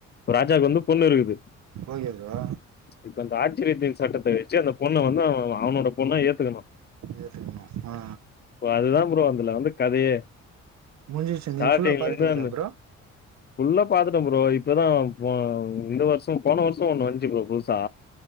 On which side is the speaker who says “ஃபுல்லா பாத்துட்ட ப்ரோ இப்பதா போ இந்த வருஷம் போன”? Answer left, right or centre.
Left